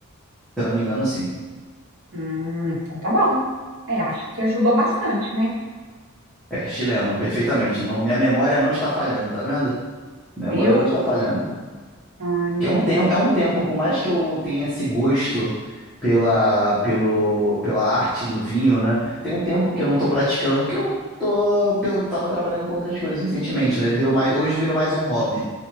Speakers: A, in the centre; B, on the right (about 60°).
A: eu não me engano, sim.
B: Hum, então tá bom. É, acho que ajudou bastante, né?
A: É chileno, perfeitamente. Não, minha memória não está falhando, tá vendo? Memória
B: Viu?
A: não está falhando.
B: Ah, então.
A: Que é um tempo, é um tempo, por mais que eu tenha esse gosto pela, pelo, pela arte do vinho, né? Tem um tempo que eu não tô praticando, porque eu tô, pen- tava trabalhando com outras coisas recentemente, né? Virou mais, hoje virou mais um hobby.